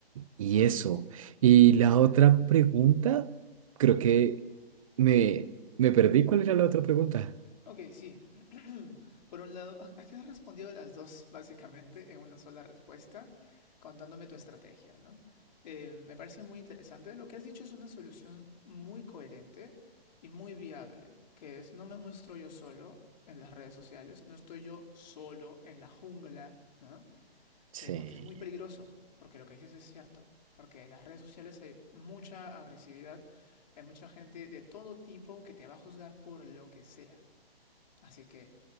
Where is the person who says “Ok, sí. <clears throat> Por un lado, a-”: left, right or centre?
Left